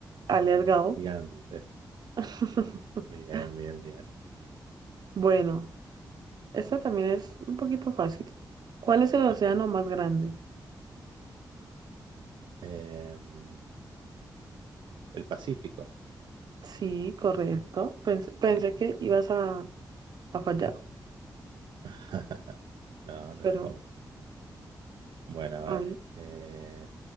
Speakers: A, on the right (about 60°); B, on the right (about 80°).
A: alias
B: Un
A: Gabo.
B: gigante.
A: <laughs>
B: Bien, bien, bien.
A: Bueno, esta también es un poquito fácil. ¿Cuál es el océano
B: Ok.
A: más grande?
B: Em, el Pacífico.
A: Sí, correcto. Pensé, pensé que ibas a, a fallar,
B: <laughs> No, no,
A: pero
B: ¿cómo te- Bueno, a
A: a
B: ver.
A: ver.
B: eh,